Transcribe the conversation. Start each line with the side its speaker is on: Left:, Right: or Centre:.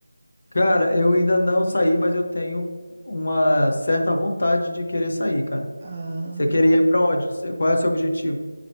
Left: Cara, eu ainda não saí, mas eu tenho uma certa vontade de querer sair, cara.
Right: Ah,
Left: Você queria
Right: da hora.
Left: ir pra onde? Você- Qual é o seu objetivo?